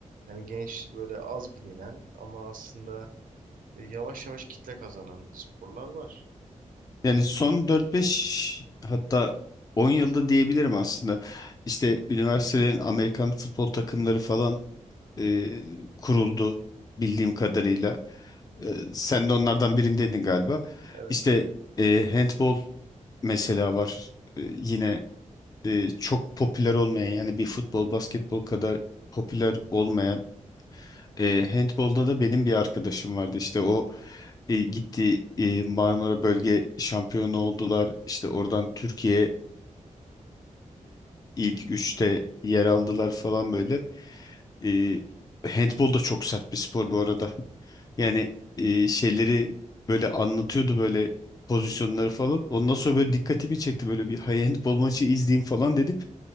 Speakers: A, on the right; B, on the left.
A: Yani genç böyle az bilinen ama aslında yavaş yavaş kitle kazanan sporlar var.
B: Yani son dört beş hatta 10 yılda diyebilirim aslında. İşte üniversitelerin Amerikan futbol takımları falan e, kuruldu bildiğim kadarıyla. E, sen de onlardan birindeydin galiba.
A: Evet.
B: İşte e, handball mesela var. E, yine e, çok popüler olmayan yani bir futbol basketbol kadar popüler olmayan e, handbolda da benim bir arkadaşım vardı işte o e, gitti e, Marmara Bölge şampiyonu oldular işte oradan Türkiye'de ilk üçte yer aldılar falan böyle e, handbol da çok sert bir spor bu arada yani e, şeyleri böyle anlatıyordu böyle pozisyonları falan. Ondan sonra böyle dikkatimi çekti böyle bir "Hay, handbol maçı izleyeyim falan dedim.